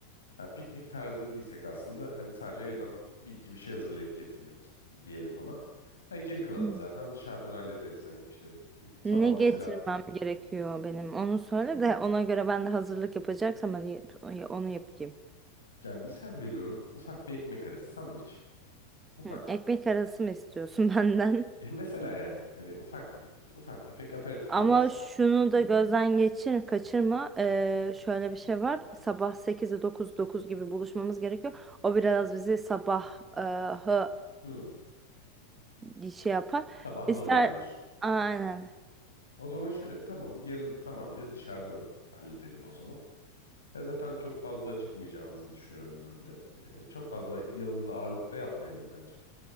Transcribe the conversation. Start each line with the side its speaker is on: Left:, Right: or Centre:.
Left: ha, piknik tarzı dediysek aslında hani sadece evden bir iki bir şey hazırlayıp getirmek diyelim ona. Ha, geri kalanını
Right: Hmm.
Left: zaten dışarıdan hallederiz. Hani işte m, sabah
Right: Ne
Left: mesela
Right: getirmem gerekiyor benim? Onu söyle de ona göre ben de hazırlık yapacaksam hani onu yapayım.
Left: yani misal veriyorum ufak bir ekmek arası sandviç. Ufak.
Right: Hı, ekmek arası mı istiyorsun <laughs> benden?
Left: Ya mesela yani hani ufak ufak tefek aperatifler
Right: Ama
Left: aslında.
Right: şunu da gözden geçir, kaçırma. Ee, şöyle bir şey var. Sabah 8'de dokuz dokuz gibi buluşmamız gerekiyor. O biraz bizi sabah e, hı,
Left: Hmm,
Right: e, şey yapar.
Left: sabah zorlar
Right: İster
Left: diyorsun.
Right: aynen.
Left: O zaman şöyle bir tamam yarın tamamıyla dışarıdan ha- halledelim o zaman. Ya zaten çok fazla acıkmayacağımızı düşünüyorum ben de. Hani çok fazla yanımızda ağırlık da yapmayalım bence.